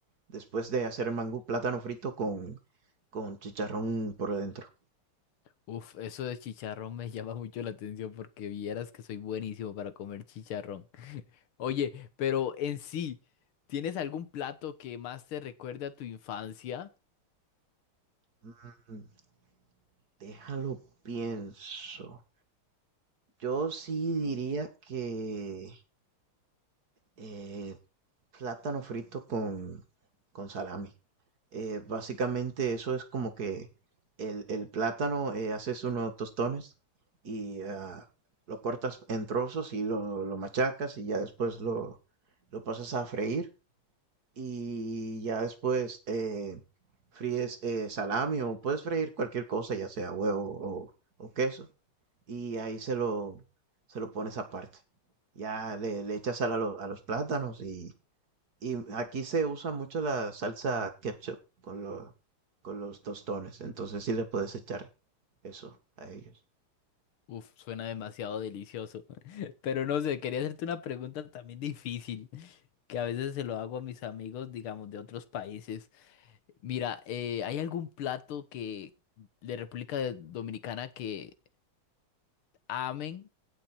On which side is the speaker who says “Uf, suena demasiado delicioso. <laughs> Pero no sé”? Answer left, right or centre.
Left